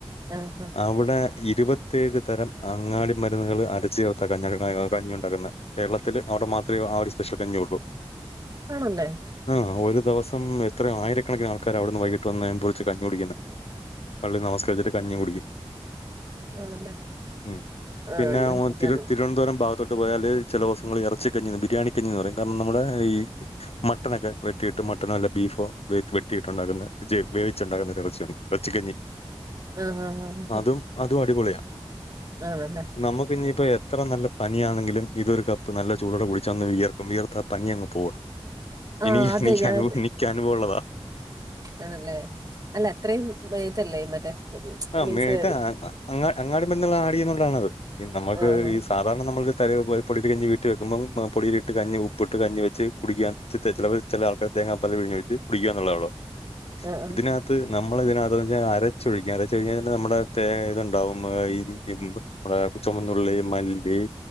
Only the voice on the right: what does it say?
ആഹ് ആഹ്.
ആണല്ലേ
ആണല്ലേ
ആഹ്
ഇത്
പുതിയ
അറിവ്
ആഹ് ആഹ് ആഹ് ആഹ്
ആണല്ലേ
ആ
അതെ
ഞാൻ
ആണല്ലേ അല്ല അത്രയും വാ ഇതല്ലേ മറ്റേ
മീൻസ്
ആഹ് ആഹ്
ആഹ് ആഹ്